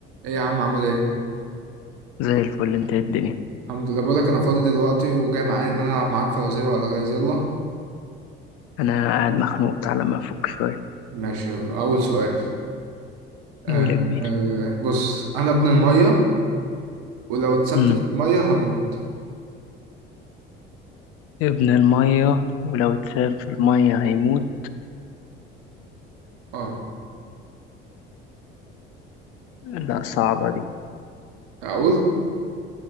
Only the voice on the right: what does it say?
ايه يا عم عامل ايه
الحمد لله بقولك انا فاضي دلوقتي وجاي معايا ان انا العب معاك فوازير والغاز يلا
ماشي يلا اول سؤال آه
آه بص انا ابن الميه ولو اتثبت
في الميه هموت
اه
اقول